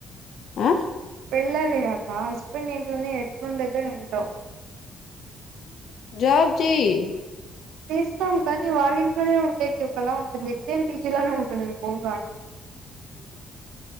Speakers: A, on the left (about 55°); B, on the right (about 85°).
A: ఆ
B: పెళ్ళాయ్యాక హస్బెండ్ ఇంట్లోనే ఎట్లుండేదో ఏంటో
A: జాబ్ చెయ్
B: చేస్తాం కానీ వాళ్ళ ఇంట్లోనే ఉండేకి ఒకలా ఉంటది సేమ్ పి జీ లానే ఉంటుంది నిమ్ పొంగానే